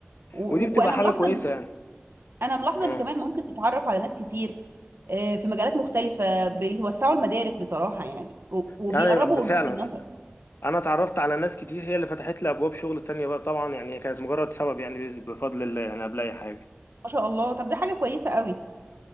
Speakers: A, on the right (about 65°); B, on the left (about 60°).
A: و... و...
B: ودي بتبقى
A: وانا
B: حاجة
A: ملاحظه
B: كويسة
A: إن-
B: يعني
A: انا ملاحظه
B: اه
A: ان كمان ممكن تتعرف على ناس كتير آه، في مجالات مختلفه بيوسعوا المدارك بصراحه يعني و...
B: يعني
A: وبيقربوا
B: فعلا
A: وجهه النظر
B: انا اتعرفت على ناس كتير هي اللي فتحت لي ابواب شغل تانية بقى طبعا يعني هي كانت مجرد سبب يعني بز- بفضل الله يعني قبل اي حاجة
A: ما شاء الله طب ده حاجه كويسه قوي